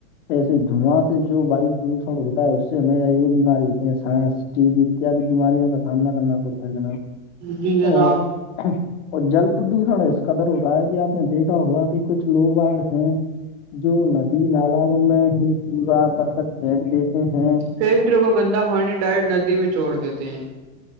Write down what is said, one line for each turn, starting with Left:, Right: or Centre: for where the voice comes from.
Left: ایسے دھواں سے جو واو پردوشن ہوتا ہے اس سے ہمیں یہ بیمار ہوتے ہیں سانس ٹی احتیاد بیماریوں کا سامنا کرنا پڑتا ہے جناب
Right: جی جناب
Left: اور اور جل پردوشن اس قدر ہو رہا ہے کہ آپ نے دیکھا ہوا کہ کچھ لوار ہیں جو ندی نال میں ہی پگا کر کر کیھینک دیتے ہیں
Right: پتروں کا گندا پانی ڈائریکٹ ندی میں چھوڑ دیتے ہیں